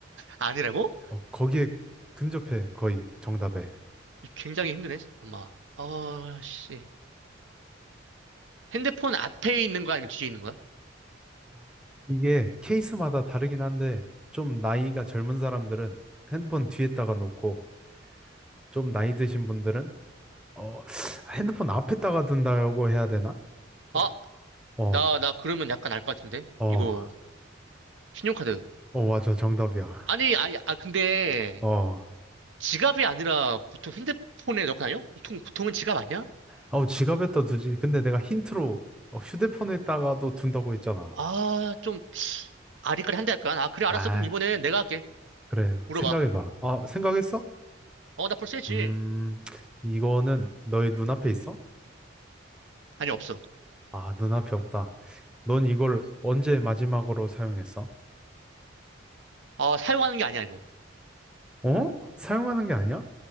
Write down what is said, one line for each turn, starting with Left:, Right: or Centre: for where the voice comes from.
Right: 아니라고?
Centre: 어, 거기에 근접해. 거의 정답에.
Right: 굉장히 힘드네, 잠깐만. 아, 씨. 핸드폰 앞에 있는 거 아니면 뒤에 있는 거야?
Centre: 아, 이게 케이스마다 다르긴 한데, 좀 나이가 젊은 사람들은 핸드폰 뒤에다가 놓고, 좀 나이 드신 분들은, 어, 핸드폰 앞에다가 둔다고 해야 되나?
Right: 아,
Centre: 어, 어,
Right: 나, 나 그러면 약간 알 것 같은데?
Centre: 어,
Right: 이거, 신용카드.
Centre: 어, 맞아. 정답이야.
Right: 아니, 아니, 아, 근데
Centre: 어.
Right: 지갑이 아니라 보통 핸드폰에 넣고 다녀? 보통, 보통은 지갑 아니야?
Centre: 아우 지갑에다 두지. 근데 내가 힌트로 어, 휴대폰에다가도 둔다고 했잖아.
Right: 아, 좀 아리까리 한데 할까? 아, 그래,
Centre: 아,
Right: 알았어. 그럼 이번엔 내가 할게.
Centre: 그래.
Right: 물어봐.
Centre: 생각해봐. 아, 생각했어?
Right: 어, 나 벌써 했지.
Centre: 음, 이거는 너의 눈앞에 있어?
Right: 아니, 없어.
Centre: 아, 눈앞에 없다. 넌 이걸 언제 마지막으로 사용했어?
Right: 아, 사용하는 게 아니야, 이거.
Centre: 어? 사용하는 게 아니야?